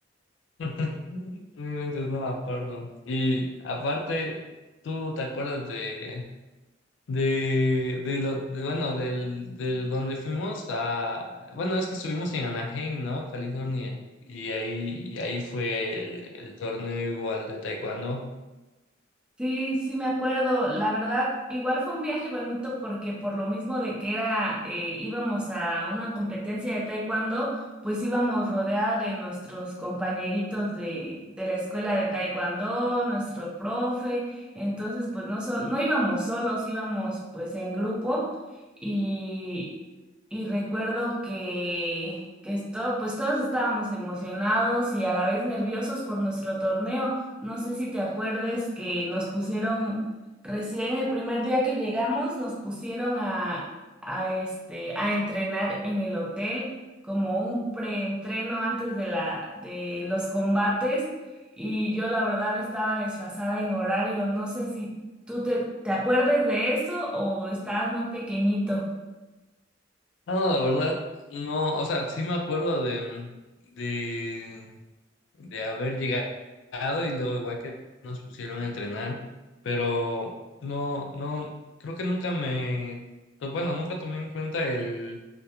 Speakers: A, on the left (about 75°); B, in the centre.
A: <laughs> Entonces no me acuerdo. Y aparte, ¿tú te acuerdas de, de, de lo, de, bueno, del, del donde fuimos a, bueno, es que estuvimos en Anaheim, ¿no? California. Y ahí, y ahí fue el, el torneo igual de taekwondo.
B: Sí, sí me acuerdo. La verdad, igual fue un viaje bonito porque por lo mismo de que era, eh, íbamos a una competencia de taekwondo, pues íbamos rodeada de nuestros compañeritos de, de la escuela de taekwondo, nuestro profe. Entonces, pues no, sol- no íbamos solos, íbamos pues en grupo y, y recuerdo que, que esto, pues todos estábamos emocionados y a la vez nerviosos por nuestro torneo. No sé si te acuerdes que nos pusieron, recién el primer día que llegamos, nos pusieron a, a, este, a entrenar en el hotel como un preentreno antes de la, de los combates y yo la verdad estaba desfasada en horario. No sé si tú te, te acuerdes de eso o estabas muy pequeñito.
A: No, la verdad, no, o sea, sí me acuerdo de, de, de haber llegado y luego igual que nos pusieron a entrenar, pero no, no, creo que nunca me, to- bueno, nunca tomé en cuenta el,